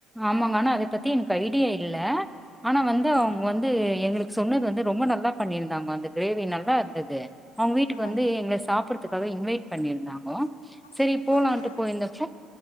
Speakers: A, in the centre; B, on the left.
A: ஆமாங்க. ஆனா அத பத்தி எனக்கு ஐடியா இல்ல. ஆனா
B: ஆமாங்க
A: வந்து அவங்க வந்து எங்களுக்கு சொன்னது வந்து ரொம்ப நல்லா பண்ணிருந்தாங்க அந்த கிரேவி நல்லா இருந்தது அவுங்க வீட்டுக்கு
B: ஆ
A: வந்து எங்களை சாப்படுறதுக்காக இன்வைட் பண்ணிருந்தாங்க சரி
B: சூப்பருங்க
A: போலாம்ட்டு